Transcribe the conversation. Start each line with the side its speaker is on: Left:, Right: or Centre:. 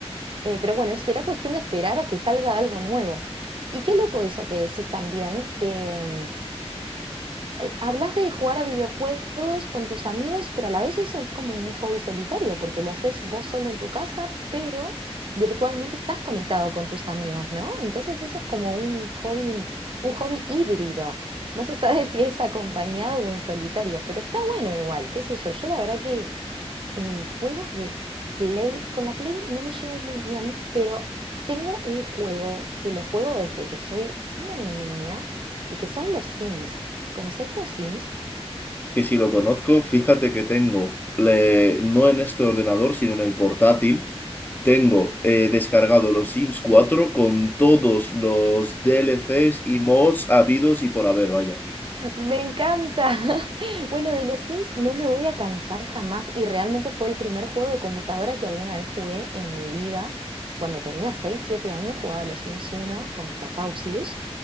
Right: Eh, pero bueno, será cuestión de esperar a que salga algo nuevo. Y qué loco eso que decís también, que, mm, hablas de jugar a videojuegos con tus amigos, pero a la vez eso es como un hobby solitario, porque lo haces vos solo en tu casa, pero virtualmente estás conectado con tus amigos, ¿no? Entonces eso es como un hobby, un hobby híbrido. No se sabe <laughs> si es acompañado o en solitario, pero está bueno igual, qué sé yo. Yo la verdad que eh, juegos de Play, con la Play no me llevo muy bien, pero tengo un juego que lo juego desde que soy muy niña y que son los Sims. ¿Conocéis los Sims?
Left: que si lo conozco, fíjate que tengo, le- no en este ordenador, sino en el portátil, tengo eh, descargado los Sims cuatro con todos los DLCs y mods habidos y por haber, vaya.
Right: Me encanta. <laughs> Bueno, de los Sims no me voy a cansar jamás y realmente fue el primer juego de computadora que alguna vez jugué en mi vida. Cuando tenía 6 7 años jugaba a los Sims uno con Clapausius.